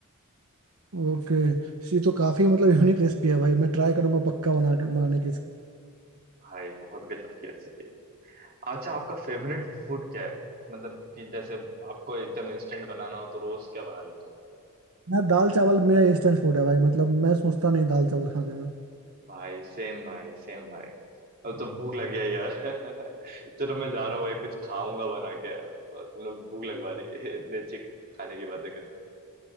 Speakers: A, on the right; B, on the right.
A: ओके ये तो काफी मतलब यूनिक रेसिपी है भाई मैं ट्राई करूंगा पक्का बना के- बनाने की
B: भाई बहुत गजब की रेसिपी है अच्छा आपका फेवरेट फूड क्या है मतलब कि जैसे आपको एकदम इंस्टेंट बनाना हो तो रोज क्या बना लेते हो
A: मैं दाल चावल मेरा इंस्टेंट फूड है भाई मतलब मैं सोचता नहीं दाल चावल खाने में
B: भाई सेम भाई सेम भाई अब तो भूख लगी है यार <laughs> चलो मैं जा रहा हूँ भाई कुछ खाऊंगा बना के यार तुम लोग भूख लगवा दी <laughs> इतने अच्छे खाने की बातें करके